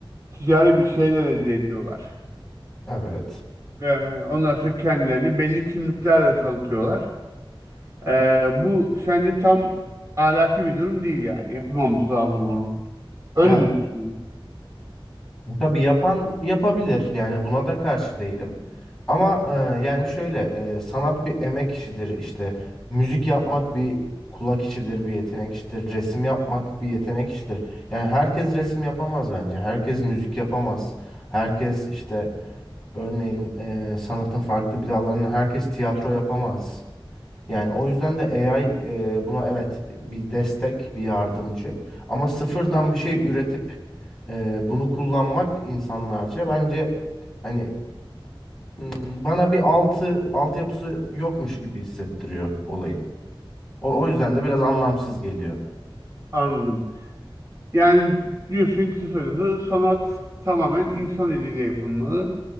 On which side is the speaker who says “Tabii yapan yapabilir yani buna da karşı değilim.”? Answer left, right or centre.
Centre